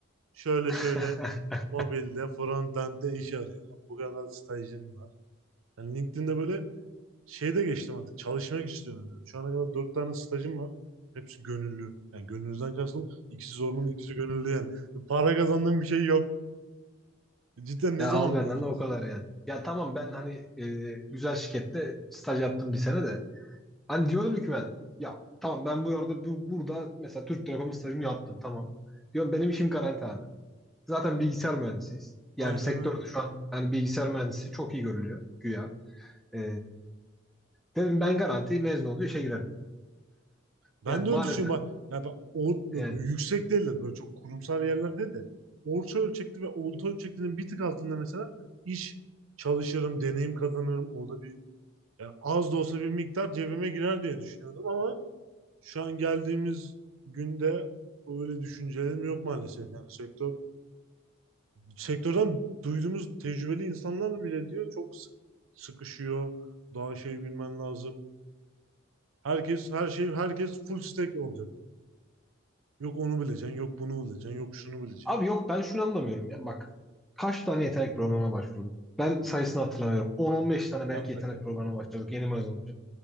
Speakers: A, on the right; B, in the centre.
A: Şöyle
B: <laughs>
A: şöyle mobilde, frontend'de iş arıyorum. Bu kadar stajım var. Yani LinkedIn'de böyle şeyde geçtim artık. Çalışmak istiyorum. Yani şu ana kadar dört tane stajım var. Hepsi gönüllü. Yani gönüllüden kastım ikisi zorunlu, ikisi gönüllü yani. Para kazandığım bir şey yok. Cidden ne
B: Ya
A: zaman
B: al benden
A: bulacağız?
B: de o kadar yani. Ya tamam ben hani e, güzel şirkette staj yaptım bir sene de. Hani diyordum ki ben ya tamam ben bu arada bu, burada mesela Türk Telekom'un stajımı yaptım tamam. Diyorum benim işim garanti abi. Zaten bilgisayar mühendisiyiz. Yani
A: Aynen
B: sektörde
A: öyle.
B: şu an hani bilgisayar mühendisi çok iyi görülüyor güya. E, dedim ben garanti mezun oluyor işe girerim.
A: Ben
B: Yani
A: de
B: maalesef
A: öyle düşünüyorum. Bak, ya ben or, böyle
B: yani
A: yüksek değil de böyle çok kurumsal yerlerde de orta ölçekli ve orta ölçeklinin bir tık altında mesela iş çalışırım, deneyim kazanırım. Orada bir yani az da olsa bir miktar cebime girer diye düşünüyordum ama şu an geldiğimiz günde öyle düşüncelerim yok maalesef. Yani sektör sektörden duyduğumuz tecrübeli insanlar bile diyor çok sık- sıkışıyor. Daha şey bilmen lazım Herkes her şey herkes full stack olacak. Yok onu bileceksin, yok bunu bileceksin, yok şunu bileceksin.
B: Abi yok ben şunu anlamıyorum ya. Bak kaç tane yetenek programına başvurduk? Ben sayısını hatırlamıyorum. 10-15 tane
A: Ben
B: belki yetenek
A: de katıldım.
B: programına başladık
A: yani.
B: yeni mezun için.